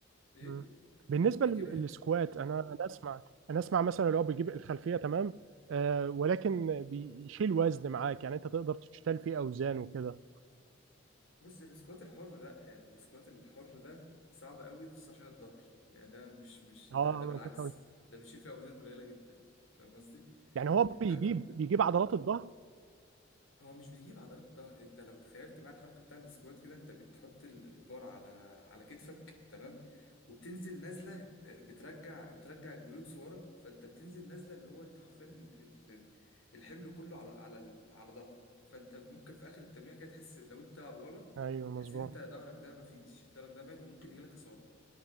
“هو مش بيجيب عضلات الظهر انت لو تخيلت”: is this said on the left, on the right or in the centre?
Left